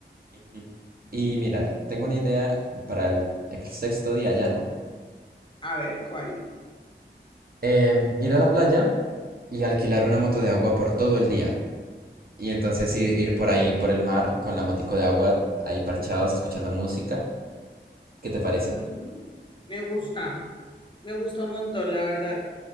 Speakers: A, on the right (about 55°); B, on the left (about 25°).
A: Ujú. Y mira, tengo una idea para el, el sexto día ya, ¿no?
B: A ver, ¿cuál?
A: Em, ir a la playa y alquilar una moto de agua por todo el día. Y entonces ir, ir por ahí, por el mar, con la motico de agua, ahí parchados, escuchando música. ¿Qué te parece?
B: Ujú, Me gusta, me gusta un montón, la verdad.